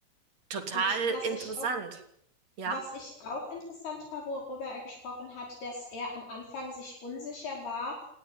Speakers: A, on the right; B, on the left.
A: Total
B: Und was
A: interessant.
B: ich auch
A: Ja.
B: Was ich auch interessant war, worüber er gesprochen hat, dass er am Anfang sich unsicher war,